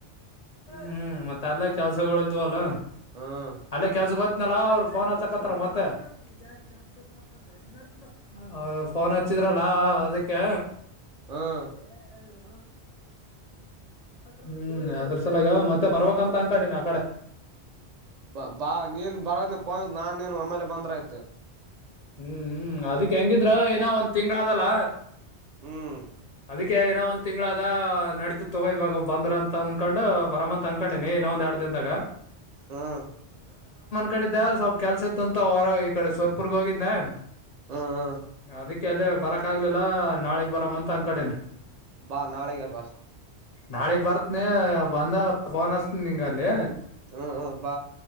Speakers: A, on the left (about 55°); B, on the right (about 50°).
A: ಹ್ಮ್ ಮತ್ತೆ ಅಲ್ಲೇ ಕೆಲ್ಸಗಳ ಇದ್ವಲ್ಲ
B: ಹ್ಮ್
A: ಅಲ್ಲೇ ಕೆಲ್ಸ ಗ ಗತ್ತ ಇನಲಾ ಅವ್ರು ಫೋ ಹಚ್ಚಕತ್ತತ್ರ ಮತ್ತೆ <unintelligible> ಫೋನ್ ಹಚ್ಚಿದ್ರಲ್ಲ ಅದಕ್ಕೆ
B: ಹ್ಮ್
A: ಏ <inaudible> ಹ್ಮ್ ಅದ್ರ ಸಲ ಮತ್ತೆ ಬರ್ಬೇಕಂತ ಅಂಕಡಿನ ಆ ಕಡೆ
B: ಬಾ ಬಾ ನೀನ್ ಬರೋದನ ಪೋ ನಾನ್ ನೀನ್ ಒಮ್ಮೇಲೆ ಬಂದ್ರ ಆಯ್ತ
A: ಹ್ಮ್ ಹ್ಮ್ ಅದಕ್ ಹೆಂಗಿದ್ರ ಏನೋ ಒಂದ್ ತಿಂಗಗಳದಲ್ಲ
B: ಹ್ಮ್
A: ಅದಕ್ಕೆ ಏನೋ ಒಂದ ತಿಂಗಳಾದ ನಡೀತ್ ತಗೋ ಇವಾಗ ಬಂದ್ರ ಅಂತ ಅನ್ಕೊಂಡು ಬರ ಅಂತ ಅನ್ಕೊಂಡೇನಿ ಇನೋ ಒಂದ್ ಕದಿಂದ ಗಾ <inaudible>
B: ಹ್ಮ
A: ಕಿದ್ದ ಸ್ವಲ್ಪ ಕೆಲ್ಸ ಇತ್ತು ಅಂತ ಹೊರ ಈ ಕಡೆ ಸವರ್ಪುರ್ಗ ಹೋಗಿದ್ನೆ
B: ಹ್ಮ್ ಹ್ಮ್
A: ಅದಕ್ಕೆ ಕ ಅಲ್ಲೇ ಬರಕ್ ಆಗ್ಲಿಲ್ಲಾ ನಾಳೆಗ್ ಬರ ಅಂತ ಅಂಗ್ ಕಡೆೇನೆ
B: ಬಾ ನಾಳಗ ಬಾ
A: ನಾಳಿಗ್ ಬರ್ತನಿ ಒಂದ ಫೋನ್ ಹಚ್ತನಿ ನಿಂಗ ಅಲ್ಲಿ
B: ಹ ಹ